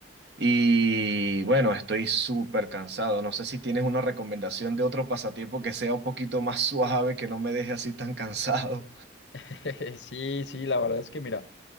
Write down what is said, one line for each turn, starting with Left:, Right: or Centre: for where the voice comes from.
Right: Y bueno, estoy súper cansado. No sé si tienes una recomendación de otro pasatiempo que sea un poquito más <laughs> suave, que no me deje así tan cansado.
Left: <laughs> Sí, sí, la verdad es que mira,